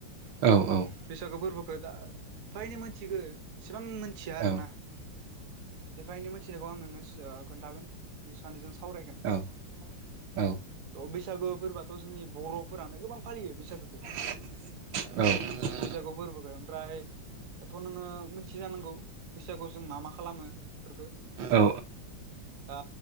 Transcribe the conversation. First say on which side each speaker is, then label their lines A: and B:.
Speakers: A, on the right; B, on the right.
A: औ औ
B: बैसागु फोरबोखौ दा फ्रायनो मोनथिगौ इसेबां मोनथिया
A: औ
B: आरोना। बेफायनो मिथिनायखौ आं नोंनो खोन्थागोन सानैजों सावरायगोन।
A: औ औ
B: बैसागो फोरबोथ' जोंनि बर'फोरानो गोबां फालियो बैसागोखौ।
A: <inaudible> औ
B: बैसागु फोरबोखौ ओमफ्राय दाथ' नोङो मिथियो जानांगौ बैसागु मा मा खालामो बेफोरखौ
A: औ
B: दा